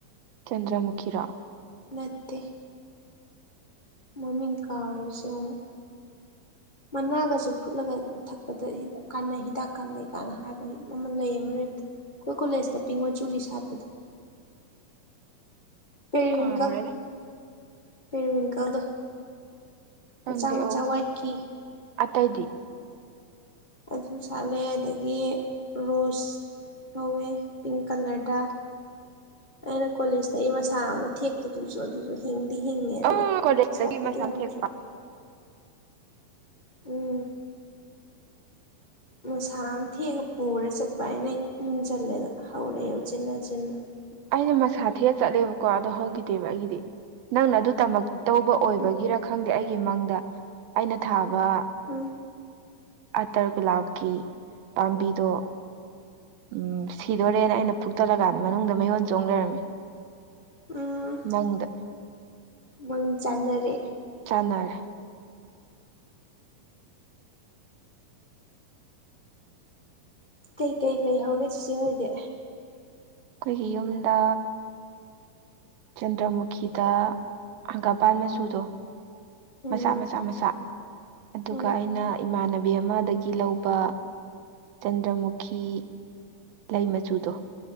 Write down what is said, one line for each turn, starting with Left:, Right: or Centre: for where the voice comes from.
Right: ꯆꯟꯗ꯭ꯔꯃꯨꯈꯤꯔꯣ
Left: ꯅꯠꯇꯦ ꯃꯃꯤꯡ ꯀꯥꯎꯔꯤꯁꯦ ꯌꯦꯡꯉꯣ ꯃꯅꯥꯒꯁꯨ ꯐꯨꯠꯂꯒ ꯊꯛꯄꯗ ꯀꯥꯟꯅꯩ ꯍꯤꯗꯥꯛ ꯀꯥꯟꯅꯩ ꯀꯥꯏꯅ ꯍꯥꯏꯕ ꯑꯃ ꯂꯩ ꯑꯃ ꯂꯩꯕꯗ ꯈꯣꯏ ꯀꯣꯂꯦꯖꯇ ꯄꯤꯡ ꯃꯆꯨꯒꯤ ꯁꯥꯠꯄꯗꯨ ꯄꯦꯔꯤꯋꯤꯡꯀꯜ
Right: ꯀꯥꯎꯔꯦꯗ
Left: ꯄꯦꯔꯤꯋꯤꯡꯀꯜꯗꯣ
Right: ꯈꯪꯗꯦ
Left: ꯃꯆꯥ ꯃꯆꯥ
Right: ꯑꯣ
Left: ꯋꯥꯏꯠꯀꯤ
Right: ꯑꯇꯩꯗꯤ
Left: ꯑꯗꯨ ꯁꯥꯠꯂꯦ ꯑꯗꯒꯤ ꯔꯣꯁ ꯍꯧꯋꯦ ꯄꯤꯡ ꯀꯂꯔꯗ ꯑꯩꯅ ꯀꯣꯂꯦꯖꯇꯩ ꯃꯁꯥ ꯑꯃ ꯊꯦꯛꯄꯗꯨꯁꯨ ꯑꯗꯨꯁꯨ ꯍꯤꯡꯗꯤ ꯍꯤꯡꯉꯦ ꯑꯗꯨꯒ
Right: ꯑꯣ ꯀꯣꯂꯦꯖꯇꯒꯤ
Left: ꯁꯥꯠꯄꯗꯤ
Right: ꯃꯁꯥꯝ
Left: ꯌꯥꯎꯗ꯭ꯔꯤ
Right: ꯊꯦꯛꯄ
Left: ꯎꯝ ꯃꯁꯥ ꯑꯃ ꯊꯦꯛꯑ ꯄꯨꯔ ꯆꯠꯄ ꯑꯩꯅꯥ ꯌꯨꯝꯖꯜꯂꯦꯗ ꯍꯧꯔꯛꯑꯦ ꯎꯆꯤꯟꯅꯆꯤꯟꯅ
Right: ꯑꯩꯅ ꯃꯁꯥ ꯊꯤꯛꯑ ꯆꯠꯂꯦꯕꯀꯣ ꯑꯗꯣ ꯍꯧꯒꯤꯗꯦꯕ ꯑꯩꯒꯤꯗꯤ ꯅꯪꯅ ꯑꯗꯨ ꯇꯃꯛ ꯇꯧꯕ ꯑꯣꯏꯕꯒꯤꯔ
Left: ꯎꯝ
Right: ꯈꯪꯗꯦ ꯑꯩꯒꯤ ꯃꯪꯗ ꯑꯩꯅ ꯊꯥꯕ
Left: ꯎꯝ
Right: ꯑꯇꯔ ꯒꯨꯂꯥꯞꯀꯤ ꯄꯥꯝꯕꯤꯗꯣ ꯎꯝ ꯁꯤꯗꯣꯔꯦꯅ ꯑꯩꯅ ꯐꯨꯛꯇꯠꯂꯀꯥꯟꯗ ꯃꯅꯨꯡꯗ ꯃꯌꯣꯟ ꯆꯣꯡ ꯂꯩꯔꯝꯃꯦ
Left: ꯎꯝ
Right: ꯃꯪꯗ
Left: ꯃꯪ ꯆꯥꯟꯅꯔꯦ
Right: ꯆꯅꯔꯦ
Left: ꯀꯩꯀꯩ ꯂꯩ ꯍꯧꯒꯦ ꯆꯤꯆꯦ ꯍꯣꯏꯗꯤ
Right: ꯈꯣꯏꯒꯤ ꯌꯨꯝꯗ ꯆꯟꯗ꯭ꯔꯃꯨꯈꯤꯗ ꯍꯪꯒꯥꯄꯥꯟ ꯃꯆꯨꯗꯣ
Left: ꯎꯝ
Right: ꯃꯆꯥ ꯃꯆꯥ ꯃꯆꯥ ꯑꯗꯨꯒ
Left: ꯎꯝ
Right: ꯑꯩꯅ ꯏꯃꯥꯟꯅꯕꯤ ꯑꯃꯗꯒꯤ ꯂꯧꯕ ꯆꯟꯗ꯭ꯔꯃꯨꯈꯤ ꯂꯩ ꯃꯆꯨꯗꯣ